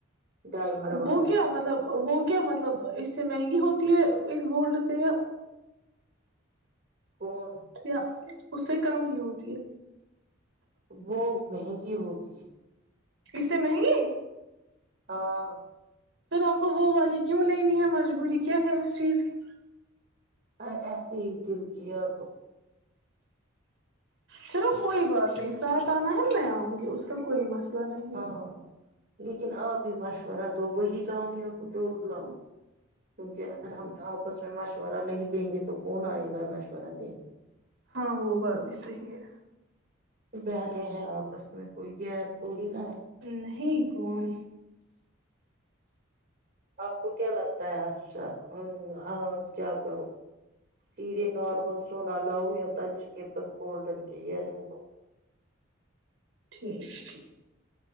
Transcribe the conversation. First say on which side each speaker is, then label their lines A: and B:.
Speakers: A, on the right; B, on the right.
A: ڈائمنڈ والی
B: وہ کیا مطلب وہ کیا مطلب اس سے مہنگی ہوتی تی ہے اس گولڈ سے یہ
A: کون
B: کیا اس سے کم ہی ہوتی ہے
A: وہ مہنگی ہوتی ہے
B: اس سے مہنگی
A: ہاں
B: پھر آپ کو وہ والی کیوں لینی ہے مجبوری کیا ہے اس چیز کی
A: ارے ایسے ہی دل کیا تو
B: چلو کوئی بات نہیں ساتھ آنا ہے میں آؤں گی اس کا کوئی مسئلہ نہیں
A: ہاں
B: ہے
A: لیکن آپ بھی مشورہ دو وہی لاؤ یا کچھ اور لاؤں کیونکہ اگر ہم آپس میں مشورہ نہیں دیں گے تو کون آئے گا مشورہ دینے؟
B: ہاں وہ بات بھی صحیح ہے
A: بہنیں ہیں آپس میں کوئی غیر تھوڑی نا ہے
B: نہیں کون
A: آپ کو کیا لگتا ہے اچھا کیا کرو سیدھے نارمل سونا لاؤ یا تانش کے پس گولڈن کے ایئررنگ لوں
B: ٹھیک ہے